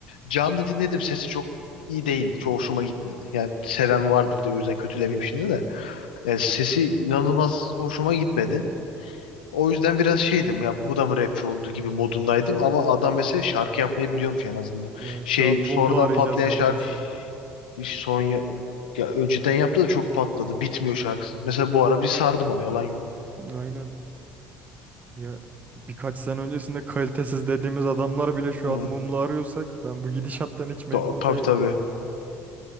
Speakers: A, on the left (about 80°); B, on the right (about 35°).
A: canlı dinledim sesi çok iyi değil. Çok hoşuma gitmedi. Yani seven vardır diye o yüzden kötülemeyeyim şimdi de. Yani sesi inanılmaz hoşuma gitmedi. O yüzden biraz şeydim ya bu da mı rapçi oldu gibi modundaydım ama adam mesela şarkı yapmayı biliyormuş en azından.
B: Yani şu
A: Şey
B: an mumla
A: sonradan
B: arayacağız
A: patlayan
B: neredeyse.
A: şarkı son ya, ya önceden yaptı da çok patladı. Bitmiyor şarkısı. Mesela bu ara bir sardım ona yalan yok.
B: Aynen. Ya birkaç sene öncesinde kalitesiz dediğimiz adamlar bile şu
A: Hı,
B: an mumla arıyorsak ben bu gidişattan hiç memnun
A: ta- tabii
B: değilim.
A: tabii.